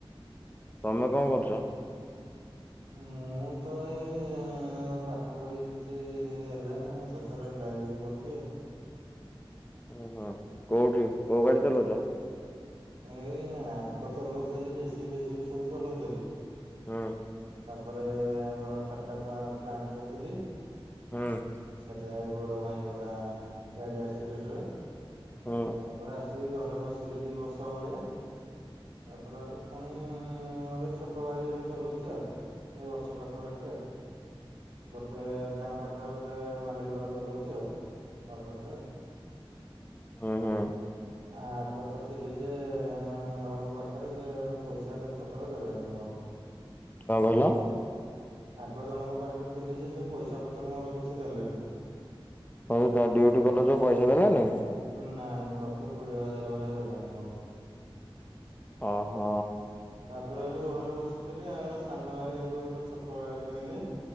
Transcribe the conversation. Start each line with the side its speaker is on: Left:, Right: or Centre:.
Left: ତମେ କଣ କରୁଛ?
Right: ମୁଁ ତ ଇଏ ମୁଁ ପାଠ ପଢି କିଛି ହେଲାନି ମୁଁ ଶେଷରେ ଡ୍ରାଇଭିଂ କରୁଛି ଆଉ।
Left: ଓ ହୋ କୋଉଠି କୋଉ ଗାଡି ଚଲୋଉଛ?
Right: ଏଇ ଆଗ ଚଲୋଉଥିଲି ଯେସିିବି ଫେସି ବି ସବୁ ଚଲୋଉଥିଲି।
Left: ହୁଁ।
Right: ତାପରେ ଆମର ଟାଟା ପ୍ଲା ପ୍ଲାଣ୍ଟରେ ଥିଲି।
Left: ହୁଁ।
Right: ସେଇଟା ଗୋଡ ଭାଙ୍ଗି ଗଲା ଗାଡି ଆକ୍ସିଡେଣ୍ଟରେ।
Left: ହୁଁ।
Right: ତାପରେ ଆସିକି ଘରେ ବସ। ଥିଲି ଦି ବର୍ଷ ଭଳିଆ ତାପରେ ଆଠୁ ପୁଣି ଗୋଟେ ଛୋଟ। ଛୋଟ ଗାଡି ଏବେ ଚଲୋଉଛି ଆଉ ଏ ବର୍ଷ ପାଖ ପାାଖି ଆଉ। ଗୋଟେ ଗାଁ ପାଖରେ ଗୋଟେ ମାଲିକ ଘର ଚଲୋଉଛି ଆଉ ଘର ପାଖରେ ଆଉ।
Left: ହୁଁ ହୁଁ।
Right: ଆଗ ତ ଥିଲି ଯେ ଜଣଙ୍କ ପାଖରେ ସେ ପଇସା ପତ୍ର ଦେଲାନି ମୋର।
Left: କଣ କହିଲ?
Right: ଆଗ ଜଣଙ୍କ ପାଖରେ ଥିଲି ଯେ ସେ ପଇସା ପତ୍ର ମୋର କିଛି ଦେଲେନି।
Left: ହଉ ତାର ଡ୍ୟୁଟି କଲ ଯୋଉ ପଇସା ଦେଲାନି?
Right: ନାଇଁ ଲକ୍ଷେ କୋଡିଏ ହଜାର ଭଳିଆ ଦେଲାନି ମୋର।
Left: ଅ ହ
Right: ତାପରେ ଏଠୁ ଘରେ ବସିଥିଲି ଆଉ ଏ ସାନ ଭାଇ ଏଠୁ ଗୋଟେ ଛୋଟ ଗାଡି କିଣିଲି।